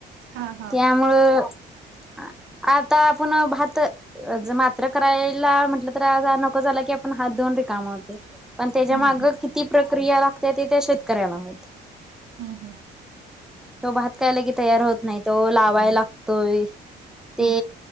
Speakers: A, on the right (about 70°); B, in the centre.
A: हा हा
B: त्या मूळ <inaudible> आता आपण भात मात्र करायला म्हटलं तर आ नको झाला की ण हात दोन रिकामा होते. पण त्याच्या
A: हम्म
B: माग
A: हम्म
B: किती प्रक्रिया लागते ते त्या शेतकऱ्याला माहित
A: हम्म हम्म.
B: तो भातकायला की तयार होत नाही तो लावाय लागतोय. ते
A: हम्म